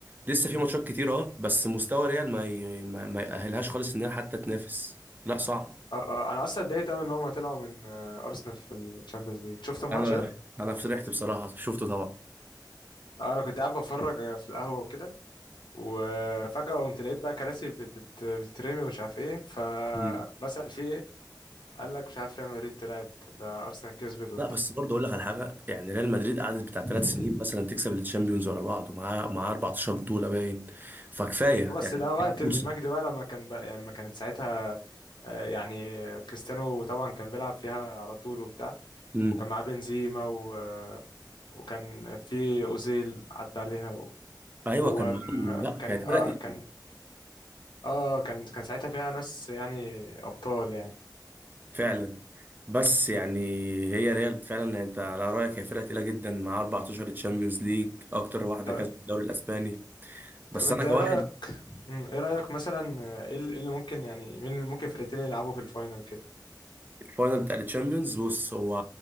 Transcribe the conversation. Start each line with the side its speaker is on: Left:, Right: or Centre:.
Right: لسه في ماتشات كتير اه بس مستوى ريال ما ي... ما, ما يأهلهاش خالص انها حتى تنافس لا صعب
Left: آه آه، انا اصلا اتضايقت قوي ان هم طلعوا من آه، ارسنال في الشامبيونز ليج شفت الماتش
Right: انا
Left: ده
Right: انا فرحت بصراحة شفته طبعا
Left: آه، انا كنت قاعد بتفرج آه، في القهوه وكده وفجاه قمت لقيت بقى كراسي بتت... بتترمي ومش عارف ايه فبسأل
Right: مم.
Left: في ايه قال لك مش عارف ريال مدريد طلعت ده ارسنال كسبت
Right: لا بس برضه اقول لك على حاجة يعني ريال مدريد قعدت بتاع
Left: وبتاع
Right: ثلاث سنين مثلا تكسب الشامبيونز ورا بعض ومعاه معاه 14 بطولة باين فكفاية
Left: بس
Right: يعني
Left: ده وقت المجد
Right: فرصة
Left: بقى لما كان بقى لما كانت ساعتها آه، يعني كريستيانو طبعا كان بيلعب فيها على طول وبتاع
Right: امم
Left: وكان معاه بنزيما و... آه، وكان في أوزيل عدى عليها و-
Right: ايوه
Left: هو
Right: كان معاهم
Left: آه،
Right: لا
Left: كان
Right: كانت
Left: اه
Right: فرقة
Left: كان اه كان كان ساعتها فيها ناس يعني أبطال يعني
Right: فعلا بس يعني هي ريال فعلا يعني انت على رايك هي فرقه تقيله جدا مع 14 تشامبيونز ليج اكتر واحده
Left: طب
Right: كسبت الدوري الاسباني بس
Left: طب انت
Right: انا كواحد
Left: ايه رأيك مم، ايه رأيك مثلا آه، ايه اللي إيه اللي ممكن يعني مين اللي ممكن فرقتين اللي يلعبوا في الفاينل كده
Right: فاينل بتاع التشامبيونز بص هو